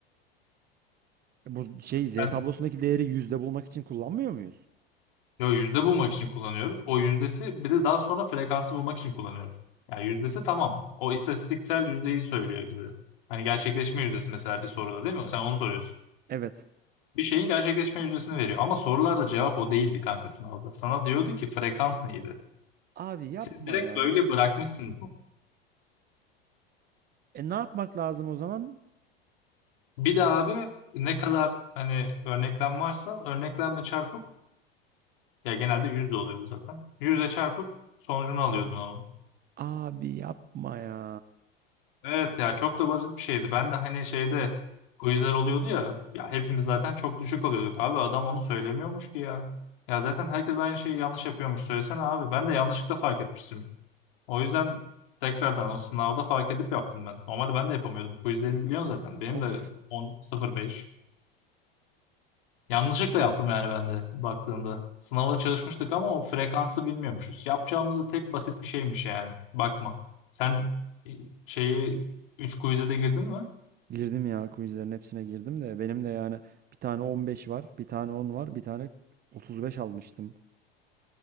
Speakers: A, on the right; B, on the left.
A: E Bu şey Z
B: Yani,
A: tablosundaki değeri yüzde bulmak için kullanmıyor muyuz?
B: yo, yüzde bulmak için kullanıyoruz. O yüzdesi bir de daha sonra frekansı bulmak için kullanıyoruz. Yani yüzdesi tamam. O istatistiksel yüzdeyi söylüyor bize. Hani gerçekleşme yüzdesi mesela bir soruda değil mi? Sen onu soruyorsun.
A: Evet.
B: bir şeyin gerçekleşme yüzdesini veriyor. Ama sorularda cevap o değildi kanka sınavda. Sana diyordu ki frekans neydi?
A: Abi yapma
B: Siz direkt
A: ya.
B: böyle bırakmışsınız.
A: E ne yapmak lazım o zaman?
B: Bir de abi ne kadar hani örneklem varsa örneklemle çarpıp ya genelde yüzde oluyordu zaten. Yüzle çarpıp sonucunu alıyordun onun.
A: Abi yapma ya.
B: Evet ya çok da basit bir şeydi. Ben de hani şeyde quizler oluyordu ya ya hepimiz zaten çok düşük alıyorduk. Abi adam onu söylemiyormuş ki ya. Ya zaten herkes aynı şeyi yanlış yapıyormuş söylesene abi. Ben de yanlışlıkla fark etmiştim. O yüzden tekrardan o sınavda fark edip yaptım ben. Normalde ben de yapamıyordum. Quizlerimi biliyorsun zaten. Benim
A: Of.
B: de 10.05. Yanlışlıkla yaptım yani ben de baktığımda. Sınava çalışmıştık ama o frekansı bilmiyormuşuz. Yapacağımız da tek basit bir şeymiş yani. Bakma. Sen e, şeyi 3 quiz'e de girdin mi?
A: Girdim ya quizlerin hepsine girdim de benim de yani bir tane 15 var, bir tane 10 var, bir tane 35 almıştım.